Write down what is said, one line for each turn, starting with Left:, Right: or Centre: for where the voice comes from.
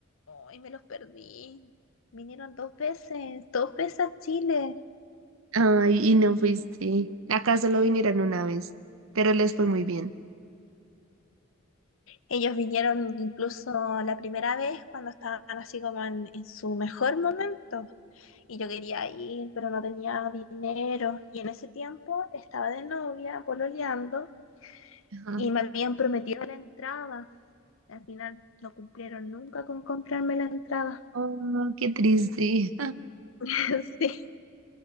Left: Ay, me los perdí. Vinieron dos veces, dos veces a Chile.
Right: Ay, y no fuiste. Acá solo vinieron una vez, pero les fue muy bien.
Left: Ellos vinieron incluso la primera vez cuando estaban así como en en su mejor momento. Y yo quería ir, pero no tenía dinero. Y en ese tiempo estaba de novia, pololeando,
Right: Ajá.
Left: y me habían prometido la entrada. Al final no cumplieron nunca con comprarme la entrada.
Right: Oh, qué triste.
Left: <laughs> Sí.